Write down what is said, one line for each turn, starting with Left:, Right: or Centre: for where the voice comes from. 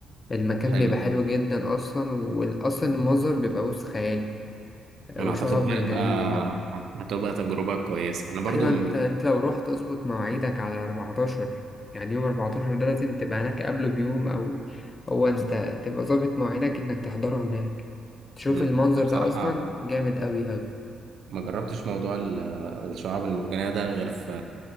Left: المكان
Right: حلو
Left: بيبقى حلو جدا اصلا واصلا المنظر بيبقى بص خيالي
Right: انا
Left: وشعاب
Right: اعتقد ده
Left: مرجانية
Right: هيبقى- هتبقى تجربة كويسة انا برضو
Left: ايوه
Right: م-
Left: انت انت لو رحت اظبط مواعيدك على 14 يعني يوم 14 ده لازم تبقى هناك قبله بيوم او هو انت تبقى ظابط مواعيدك انك تحضره هناك تشوف
Right: م-
Left: المنظر
Right: انا بصراحة
Left: ده اصلا جامد قوي
Right: ما جربتش موضوع ال- الشعاب المرجانية ده غير في